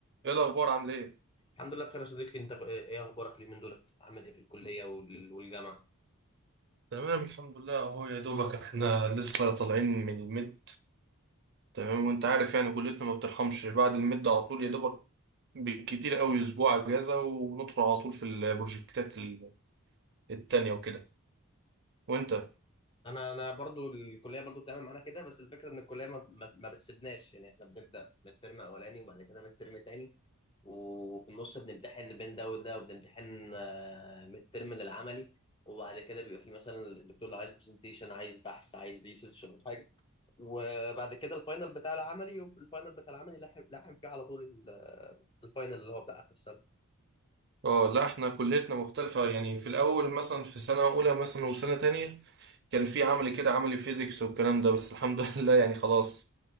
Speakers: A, on the right; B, on the left.
A: ايه الاخبار عامل ايه
B: الحمد لله بخير يا صديقي انت ايه اخبارك اليومين دول عامل ايه في الكليه وال- والجامعه
A: تمام الحمد لله اهو يا دوبك احنا لسه طالعين من المد تمام وانت عارف يعني كليتنا ما بترحمش بعد المد على طول يا دوبك بالكتير قوي اسبوع اجازه وندخل على طول في البروجكتات ال- التانية وكده وانت
B: انا انا برضو الكليه برضو بتعمل معانا كده بس الفكره ان الكليه ما, ما, ما بتسيبناش يعني احنا بنبدا من الترم اولاني وبعد كده من الترم تاني وفي النص بنمتحن بين ده وده وبنمتحن آه، من الترم للعملي وبعد كده بيبقى في مثلا الدكتور لو عايز برزنتيشن عايز بحث عايز ريسيرش او حاجه وبعد كده الفاينل بتاع العملي وفي الفاينل بتاع العملي لحم لحم فيه على طول ال- الفاينل اللي هو بتاع اخر السنه
A: اه لا احنا كليتنا مختلفه يعني في الاول مثلا في سنه اولى مثلا وسنه تانية كان في عملي كده عملي فيزيكس والكلام ده بس الحمد <laughs> لله يعني خلاص